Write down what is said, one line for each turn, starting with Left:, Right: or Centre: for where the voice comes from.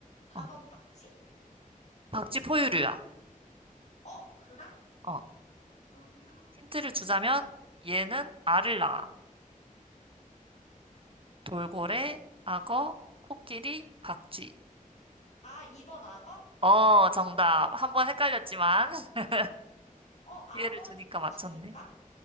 Left: 4번
Right: 어,
Left: 박쥐?
Right: 박쥐 포유류야.
Left: 어, 그래?
Right: 어,
Left: 그러면
Right: 힌트를 주자면 얘는 알을 낳아. 돌고래, 악어, 코끼리, 박쥐.
Left: 아, 2번 악어?
Right: 어, 정답. 한번 헷갈렸지만 <laughs>
Left: 어, 악어는
Right: 기회를 주니까
Left: 파충류인가?
Right: 맞췄네.